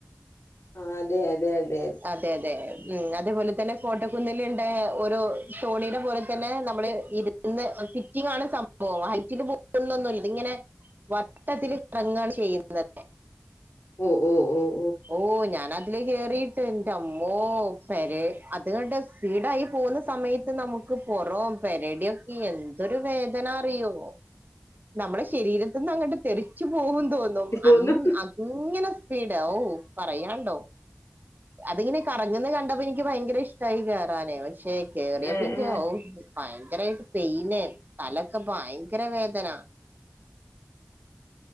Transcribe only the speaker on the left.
ആ അതെ അതെ അതെ
ഓ ഓ ഓ
പോന്നു
ഏ
ഏ